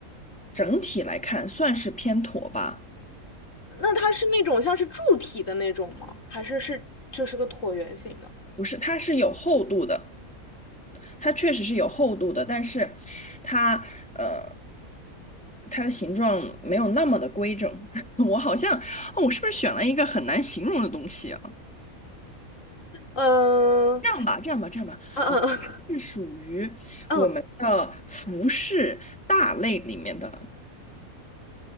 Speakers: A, in the centre; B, on the left.
A: 整体来看算是偏椭吧，
B: 那它是那种像是柱体的那种吗？还是是就是个椭圆形的？
A: 不是，它是有厚度的。它确实是有厚度的，但是它呃，它的形状没有那么的规整。<laughs> 我好像，哦，我是不是选了一个很难形容的东西啊？
B: 嗯
A: 这样吧，这样吧，这样吧，
B: 嗯嗯
A: 啊，是属于我们的服饰大类里面的，
B: 嗯